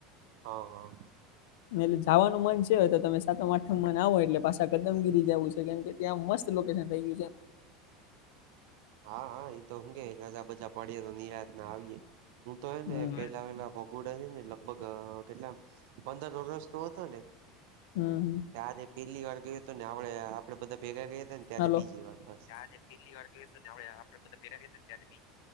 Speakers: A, on the right (about 70°); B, on the left (about 75°).
A: હ હ.
B: એટલે જાવાનું મન છે, તો તમે સાતમ-આઠમમાં ને આવો એટલે પા છા કદમગીરી જાવું છે, કેમ કે ત્યાં મસ્ત લોકેશન થઈ ગીયું છે.
A: હા હા એ તો હું કેઈ રજા બજા પાળીએ તો નિરાતના આવીએે. હું તો હે
B: હમ
A: ને પેલા વેલા ભગુડા છે ને લગભગ કેટલા પંદર વરસનો હતો ને
B: હમ
A: ત્યારે પેલ્લી વાર ગયું અતું ને આપડે, આપડે બધાં ભેગા ગયા અતા ને ત્યારે
B: હાલો
A: બીજી વાર બસ
B: આજે પેલ્લી વાર ગયુ અતું ને આવડે આપડે ભેગા ગયા અતા ને,